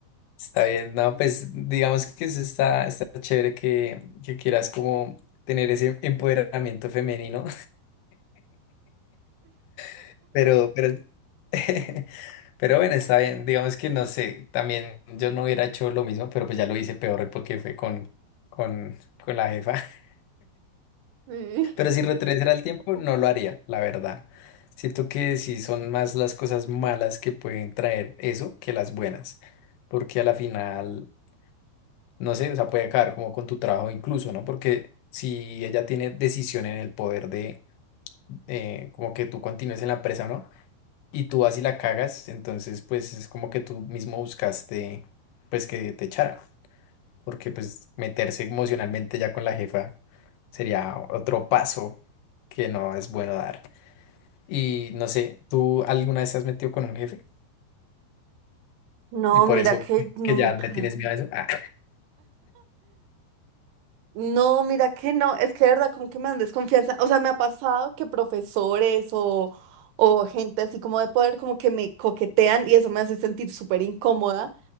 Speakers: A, on the left (about 80°); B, on the right (about 75°).
A: Está bien, no, pues digamos que eso está, está chévere que, que quieras como tener ese empoderamiento femenino, <laughs> pero, pero, <laughs> pero bueno, está bien, digamos que no sé, también yo no hubiera hecho lo mismo, pero pues ya lo hice peor porque fue con, con, con la jefa, <laughs>
B: Sí.
A: pero si retrocediera el tiempo no lo haría, la verdad. Siento que sí son más las cosas malas que pueden traer eso que las buenas, porque a la final... no sé, o sea, puede caer como con tu trabajo incluso, ¿no? Porque si ella tiene decisión en el poder de eh, como que tú continúes en la empresa, ¿no? Y tú vas y la cagas, entonces pues es como que tú mismo buscaste pues que te echara, porque pues meterse emocionalmente ya con la jefa sería otro paso que no es bueno dar. Y no sé, ¿tú alguna vez te has metido con un jefe?
B: No,
A: Y por
B: mira
A: eso
B: que nunca.
A: que ya le tienes miedo a eso. Ah.
B: No, mira que no. Es que de verdad, como que me dan desconfianza. O sea, me ha pasado que profesores o, o gente así como de poder, como que me coquetean y eso me hace sentir súper incómoda.